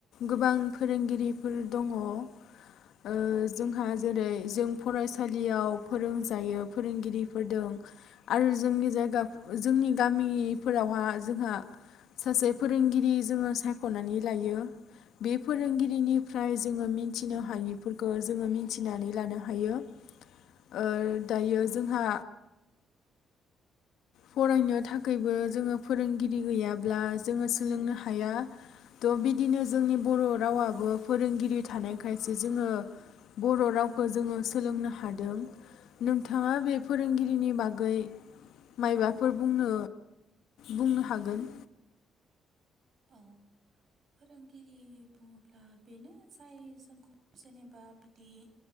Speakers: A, on the left; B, on the right.
A: गोबां फोरोंगिरिफोर दङ ओ जोंहा जेरै जों फरायसालियाव फोरोंजायो फोरोंगिरिफोरदों आरो जोंनि जायगा जोंनि गामिफोरावहा जोंहा सासे फोरोंगिरि जोङो सायखनानै लायो बे फोरोंगिरिनिफ्राय जोङो मिथिनो हायिफोरखौ जोङो मिथिनानै लानो हायो। ओ दायो जोंहा फरायनो थाखबो जोङो फोरोंगिरि गैयाब्ला जोङो सोलोंनो हाया थ बिदिनो जोंनि बर रावाबो फोरोंगिरि थानायखायसो जोङो बर रावखौ जोङो सोलोंनो हादों। नोंथाङा बे फोरोंगिरिनि बागै माइबाफोर बुंनो बुंनो हागोन
B: औ फोरोंगिरि बुङोब्ला बेनो जाय जोंखौ जेनेबा बिदि